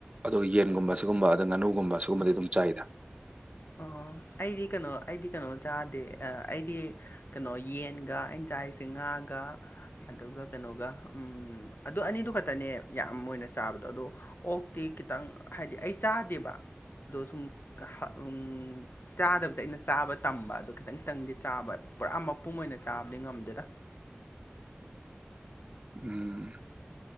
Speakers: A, on the right; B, on the left.
A: ꯑꯗꯣ ꯌꯦꯟꯒꯨꯝꯕ ꯁꯨꯒꯨꯝꯕ ꯑꯗ ꯉꯥꯅꯨꯒꯨꯝꯕ ꯁꯨꯒꯨꯝꯕꯗꯤ ꯑꯗꯨꯝ ꯆꯥꯏꯌꯦꯗꯥ
B: ꯑꯣ ꯑꯩꯗꯤ ꯀꯩꯅꯣ ꯑꯩꯗꯤ ꯀꯩꯅꯣ ꯆꯥꯗꯦ ꯑꯥ ꯑꯩꯗꯤ ꯀꯩꯅꯣ ꯌꯦꯟꯒ ꯑꯩꯟ ꯆꯥꯏꯁꯦ ꯉꯥꯒ ꯑꯗꯨꯒ ꯀꯩꯅꯣꯒ ꯎꯝ ꯑꯗꯨ ꯑꯅꯤꯗꯨ ꯈꯛꯇꯅꯦ ꯌꯥꯝ ꯑꯣꯏꯅ ꯆꯥꯕꯗꯣ ꯑꯗꯣ ꯑꯣꯛꯇꯤ ꯈꯤꯇꯪ ꯍꯥꯏꯗꯤ ꯑꯩ ꯆꯥꯗꯦꯕꯥ ꯑꯗꯣ ꯁꯨꯝ ꯀꯥ ꯍꯥ ꯎꯝ ꯆꯥꯗꯕꯁꯦ ꯑꯩꯅ ꯆꯥꯕ ꯇꯝꯕ ꯑꯗꯣ ꯈꯤꯇꯪ ꯈꯤꯇꯪꯗꯤ ꯆꯥꯕ ꯄꯨꯔꯥ ꯃꯄꯨꯝ ꯑꯣꯏꯅ ꯆꯥꯕꯗꯤ ꯉꯝꯗꯦꯗꯥ
A: ꯎꯝ